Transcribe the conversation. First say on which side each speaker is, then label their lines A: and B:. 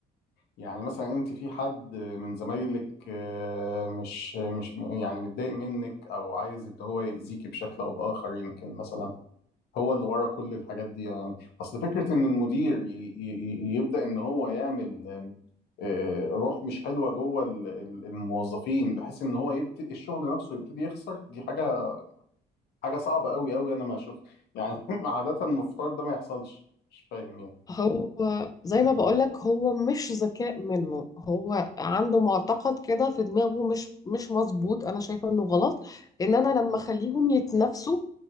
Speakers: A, on the left; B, on the left.
A: يعني مثلا انت في حد من زمايلك آه، مش مش يعني متضايق منك او عايز ان هو يأذيكي بشكل او باخر يمكن مثلا هو اللي ورا كل الحاجات دي يعني اصل فكره ان المدير ي- ي- ي- يبدا ان هو يعمل آم، آه، روح مش حلوه جوه ال- ال- الموظفين بحيث ان هو يبتدي الشغل نفسه يبتدي يخسر دي حاجه حاجه صعبه قوي قوي انا ما اشوف يعني <laughs> عاده المفترض ده ما يحصلش مش فاهم يعني
B: هو زي ما بقولك هو مش ذكاء منه هو عنده معتقد كده في دماغه مش مش مظبوط انا شايفة انه غلط ان انا لما اخليهم يتنافسوا